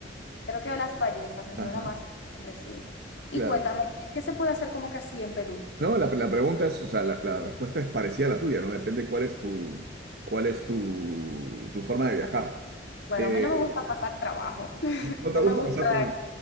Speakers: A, on the left (about 75°); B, on the right (about 60°).
A: creo que de las ballestas, me
B: Ajá,
A: suena más, hombre, sí. Y
B: claro.
A: cuéntame, ¿qué se puede hacer como que así en Perú?
B: No, la, la pregunta es, o sea, la, la respuesta es parecida a la tuya, ¿no? Depende cuál es tu, cuál es tu, tu forma de viajar.
A: Bueno,
B: Eh,
A: a mí no me gusta pasar trabajo, <laughs>
B: ¿no
A: no
B: te gusta
A: me gusta
B: pasar trabajo?